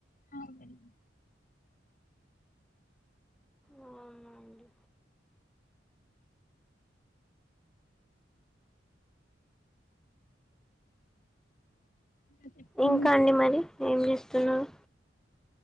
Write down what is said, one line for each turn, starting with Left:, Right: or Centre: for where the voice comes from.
Left: అ వెళ్ళ
Centre: అవునండి
Left: ఖాళీగానే
Centre: ఇంకా అండి మరి ఏం చేస్తున్నావు